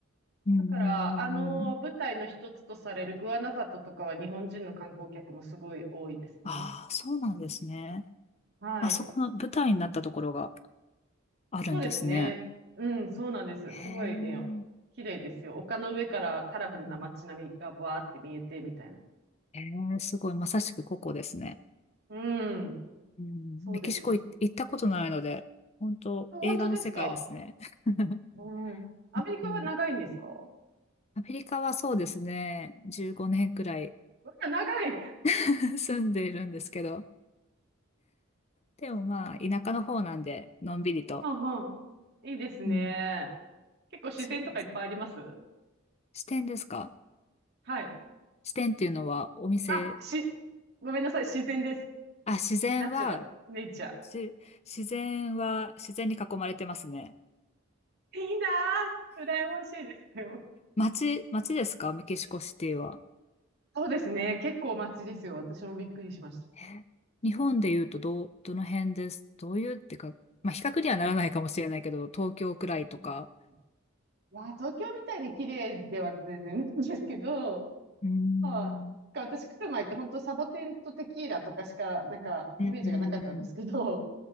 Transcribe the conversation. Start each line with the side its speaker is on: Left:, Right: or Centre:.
Left: うーん、
Right: だから、あの舞台の一つとされるグアナファトとかは日本人の観光客もすごい多いですね。
Left: ああ、そうなんですね。
Right: はい。
Left: あそこの舞台になったところがあるんですね。
Right: そうですね。うん、そうなんです。
Left: へえ、
Right: すごいね、
Left: う
Right: 綺麗ですよ。丘の上からカラフルな街並みがバーって見えてみたいな。
Left: んへえ、すごい、まさしくここですね。
Right: うん、
Left: うん、
Right: そうですね。
Left: メキシコ行行ったことないので、本当映画の世界ですね。
Right: 本当ですか。
Left: <laughs>
Right: うん。アメリカは長いんですかう
Left: うんアメリカはそうですね、15年くらい
Right: わ長い。
Left: <laughs> 住んでいるんですけど、でもまあ、田舎の方なんで、のんびりと。
Right: うんうん。いいですね。
Left: うん。
Right: 結構自然とかいっぱいあります
Left: そうです。支店ですか
Right: はい。
Left: 支店っていうのは、お店、
Right: あ、し、ごめんなさい。自然です。
Left: あ、自然は、
Right: ナチュラル。ネイチャ
Left: し、自然は、自然に囲まれてますね。
Right: ー。いいなぁ。羨ましいですよ。
Left: 街、街ですかメキシコシティは。
Right: そうですね。結構街ですよ。私もびっくりしまし
Left: え日本で言うと、どう、どの辺です。どういうってか、まあ、比較にはならないかもしれないけど、東京くらいとか。
Right: た。いやー、東京みたいに綺麗では全然ないんですけど、
Left: うーん。
Right: <laughs> まあ、か私来る前って本当サボテンとテキーラとかしか、なんか、
Left: うん、
Right: イメージがなかったんですけど、
Left: うん、うん。